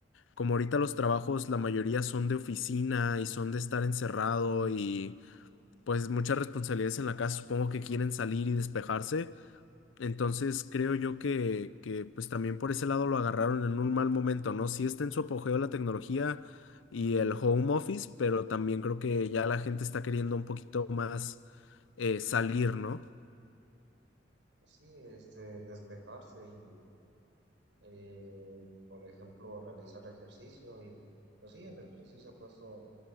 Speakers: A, on the left; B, on the right.
A: como ahorita los trabajos, la mayoría son de oficina y son de estar encerrado y pues muchas responsabilidades en la casa, supongo que quieren salir y despejarse. Entonces creo yo que, que pues también por ese lado lo agarraron en un mal momento, ¿no? Sí está en su apogeo la tecnología y el home office, pero también creo que ya la gente está queriendo un poquito más eh, salir, ¿no?
B: Sí, este, despejarse y, eh, por ejemplo, realizar ejercicio. Y, pues sí, el ejercicio se ha puesto,